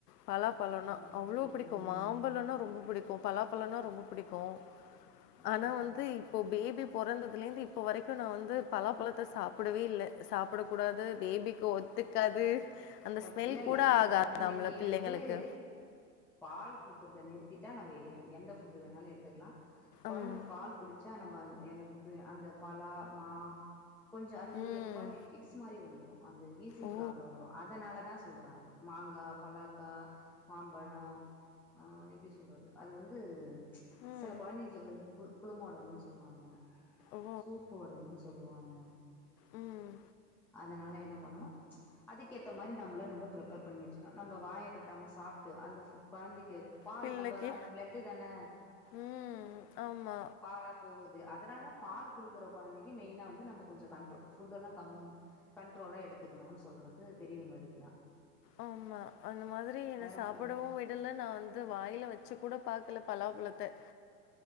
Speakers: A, on the left (about 75°); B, in the centre.
A: பலா பழன்னா
B: ம்
A: அவ்வளோ. புடிக்கு
B: ம்
A: மாம்பழோன்னா ரொம்ப. புடிக்கு பலா பழனா ரொம்ப புடிக்கு.
B: ம்
A: ஆனா வந்து இப்போ பேபி. பொறந்ததுலருந்து இப்ப வரைக்கு நா வந்து பலா பழத்த சாப்பிடவே இல்ல சாப். ப்படக்க கூடாது பேபிக்கு ஒத்துக்காது. அந்த
B: எப்
A: ஸ்மெல்
B: இல்லில்ல
A: கூட ஆகாதாம்ல
B: கொழந்தைக்கு
A: பிள்ளைங்களுக்கு.
B: வந்து. பால் குடுக்குறத நிறுத்திட்டா நம்ம எது வேணு எந்த ஃபுட் வேணாலு எடுத்துக்கலா. கொழந்த
A: ம்.
B: பால் குடிச்சா நம்ம. எந்த ஃபுட்டு அந்த பழா மா. கொஞ்சோ அதுக்குது
A: ம்.
B: எப் கொழந்தைக்கு பிக்ஸ் மாரி வந்துரு. அந்த வீசிங்
A: ஓ!
B: ப்ராப்ளொ வரு அதனால தா சொல்றாங்க மாங்கா பலாக்கா மாம்பழொ ஆ எப்டி சொல்றது அது வந்து
A: ம்.
B: சில கொழந்தைங்களுக்கு வந்து பு புலுமோடமுனு சொல்வாங்க
A: ஓ!
B: சூட்டு ஒடம்புன் சொல்லுவாங்க
A: உம்
B: அதுனால என்ன பண்ணனு அதுக்கேத்த மாரி நம்பள நம்ப ப்ரிப்பேர் பண்ணி வச்சுனு நம்ப வாய கட்டாம சாப்ட்டு அந்த கொழந்தை க்கு பால்
A: பிள்ளைக்கு
B: நம்ப ர அந்த ப்ளட்டு தான
A: ம். ஆமா,
B: பாலா போகுது அ துனா தா பால் குடுக்குற கொழந்தைக்கி மெயினா வந்து நம்ப கொஞ்ச கண்ட்ரோ ஃபுட்டெல்லா கம் கண்ட்ரோலா எடுத்துக்கணுன் சொல்ற து பெரியவங்க அதுக்குதா
A: ஆமா அந்த மாதிரி என்ன சாப்புடவு
B: ஒன்னு இல்ல
A: விடல நா வந்து வாயில வச்சு கூட பாக்கல பலாப்பழத்த